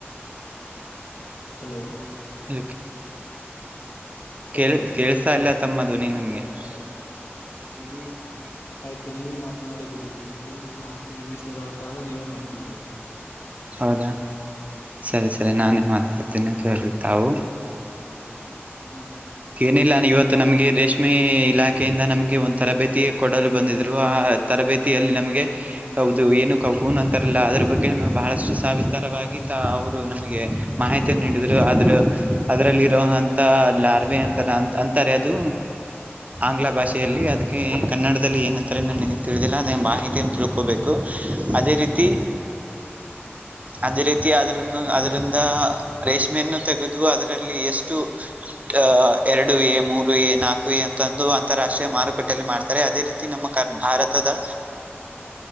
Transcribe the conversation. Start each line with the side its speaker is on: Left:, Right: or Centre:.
Left: ಹಲೋ
Right: <unintelligible>
Left: ಹಲೋ
Right: ಕೇಳ್ಸ್ತಾ ಇಲ್ಲ ತಮ್ಮ ಧ್ವನಿ ನನ್ಗೆ?
Left: ಕೇಳಿಸ್ತಾ ಇಲ್ಲ ಸಂಬಂಧ
Right: <unintelligible>
Left: ಆಯ್ತು ನೀವೇ ಮಾತನಾಡಿ ಬಿಡಿ ಕಂಟಿನ್ಯೂ ನಾಲ್ಕು ನಿಮಿಷಗಳ ಕಾಲ ನೀವು ಮಾತನಾಡಿ.
Right: ಹೌದಾ ಸರಿ ಸರಿ ನಾನೇ ಮಾತಾಡ್ತೀನಿ ಕೇಳಿ ತಾವು.
Left: ಹ್ಮ
Right: ಏನಿಲ್ಲ ಇವತ್ತು ನಮಗೆ ರೇಷ್ಮೆ ಇಲಾಖೆಯಿಂದ ನಮಗೆ ಒಂದು ತರಬೇತಿ ಕೊಡಲು ಬಂದಿದ್ರು ಆ ತರಬೇತಿಯಲ್ಲಿ ನಮಗೆ ಹೌದು ಏನು ಕಕುನ್ ಅಂತಾರಲ್ಲ ಅದ್ರು ಬಗ್ಗೆನು ಬಹಳಷ್ಟು ಸಾವಿಸ್ತಾರವಾಗಿ ತಾ ಅವರು <unintelligible> ನಮಗೆ ಮಾಹಿತಿ ನೀಡಿದ್ರು ಅದ್ರು ಅದರಲ್ ಇರೋ ಅಂತ ಲಾ <unintelligible> ಅಂತಾರ ಅ ಅಂತಾರೆ ಅದು ಆಂಗ್ಲ ಭಾಷೆಯಲ್ಲಿ ಅದಕ್ಕೆ ಕನ್ನಡದಲ್ಲಿ ಏನಂತಾರೆ ನನಗೆ ತಿಳಿದಿಲ್ಲ ಅದೇ ಮಾಹಿತಿಯನ್ ತಿಳ್ಕೋಬೇಕು. <unintelligible> ಅದೇ ರೀತಿ ಅದೇ ರೀತಿ ಅದ್ರನ್ನು ಅದ್ರಂದ ರೇಷ್ಮೆಯನ್ನು ತೆಗೆದು ಅದ್ ರಲ್ಲಿ ಎಷ್ಟು? ಅ ಎರಡು ಎ ಮೂರು ಎ ನಾಲ್ಕು ಎ ಅಂತಂದು ಅಂತಾರಾಷ್ಟ್ರೀಯ ಮಾರುಕಟ್ಟೆಯಲ್ಲಿ ಮಾಡ್ತಾರೆ ಅದೇ ರೀತಿ ನಮ್ಮ ಕ ಭಾರತ್ ತದ